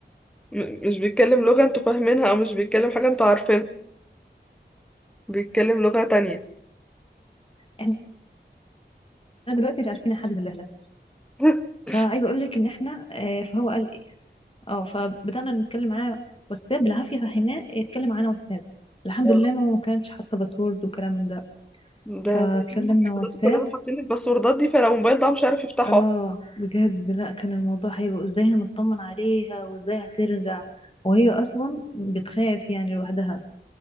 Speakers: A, in the centre; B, on the left.
A: م- مش بيتكلم لغة انتوا فاهمينها او مش بيتكلم حاجة انتوا عارفينها بيتكلم لغة تانية
B: احنا دلوقتي مش عارفين حد لله ده
A: <laughs>
B: فعايزه اقول لك ان احنا آه، فهو قال ايه اه فبدانا نتكلم معاه واتساب بالعافيه فهمناه يتكلم معانا واتساب الحمد
A: آه.
B: لله ماما ما كانتش حاطه باسورد وكلام من ده
A: ده
B: فاتكلمنا
A: هم حضرتك
B: واتساب
A: كلنا حاطين الباسوردات دي فلو الموبايل ده مش عارف يفتحه
B: اه
A: اصلا.
B: بجد لا كان الموضوع هيبقى ازاي هنطمن عليها وازاي هترجع وهي اصلا بتخاف يعني لوحدها